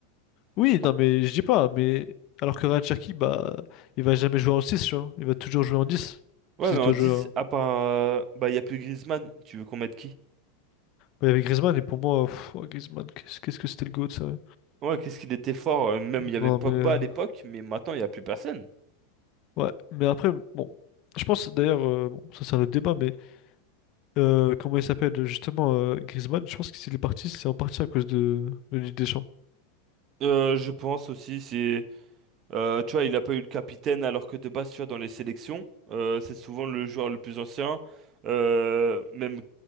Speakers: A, on the left; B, on the right.
A: Oui,
B: Tu vois?
A: non, mais je dis pas, mais alors que Ryan Cherki, bah, il va jamais jouer en 6 tu vois, il va toujours jouer en dix
B: Ouais,
A: Si
B: mais en
A: toi
B: dix,
A: jouer en-
B: à part. euh, bah, il n'y a plus Griezmann. Tu veux qu'on mette qui?
A: bah, il y avait Griezmann, et pour moi, pff, oh, Griezmann, qu'est-ce qu'est-ce que c'était le GOAT, ça.
B: Ouais, qu'est-ce qu'il était fort. euh, Même, il y avait
A: Non,
B: Pogba
A: mais, euh,
B: à l'époque, mais maintenant, il n'y a plus personne.
A: ouais, mais après, bon, je pense d'ailleurs, euh, bon, ça c'est un autre débat, mais euh, comment il s'appelle justement euh, Griezmann, je pense que s'il est parti, c'est en partie à cause de, de Ligue des Champs.
B: Euh, je pense aussi, c'est. Euh, tu vois, il a pas eu le capitaine alors que de base, tu vois, dans les sélections, euh, c'est souvent le joueur le plus ancien. Euh, même,